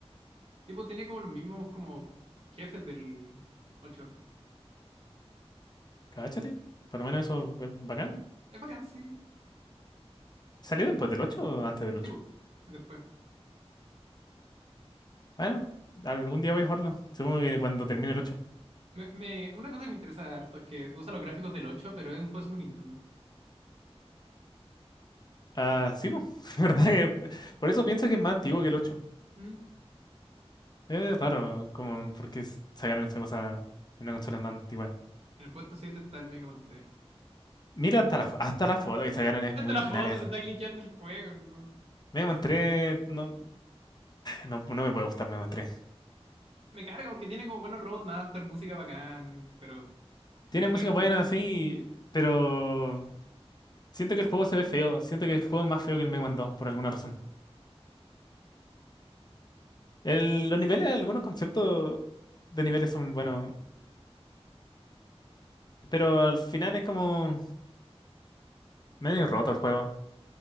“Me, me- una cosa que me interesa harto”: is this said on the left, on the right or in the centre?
Right